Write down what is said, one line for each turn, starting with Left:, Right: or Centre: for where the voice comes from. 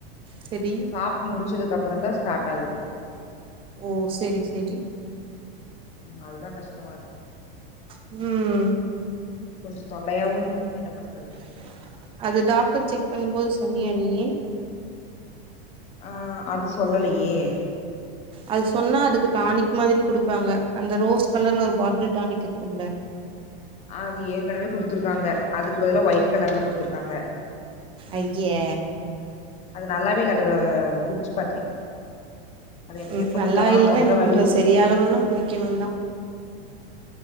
Right: செரி
Left: சாப்டு முடிச்சதுக்கு அப்புறம்தா ஸ்டார்ட் ஆகுது
Right: ஓ செரி செரி
Left: அதுதா கஷ்டமா இருக்கு
Right: ம்
Left: கொஞ்ச தொல்லையாவு இருக்கு என்ன பண்றது
Right: ச <unintelligible> அது டாக்டர் செக் பண்ணும் போது சொன்னியா நீயி
Left: ஆஹ் அது சொல்லலையே
Right: அது சொன்னா அதுக்கு டானிக் மாதிரி குடுப்பாங்க அந்த ரோஸ் கலர்ல ஒரு பாட்டில் டானிக் இருக்கும்ல
Left: அது ஏற்கனவே குடுத்துருக்காங்க அதுக்கு பதில ஒயிட் கலர்ல குடுத்துருக்காங்க
Right: ஐய்ய
Left: அது நல்லாவே இல்ல அதோட அ குடிச்சு பாத்தே அது எனக்கு
Right: ம்
Left: எப்ப
Right: நல்லா
Left: குடுத்தாங்கன்னா
Right: இல்லன்னா
Left: தொண்ட
Right: என்ன
Left: வலின்னு
Right: பண்றது
Left: சொல்ட்டு
Right: சரியாகணும்னா
Left: நா போனே
Right: குடிக்கணுந்தா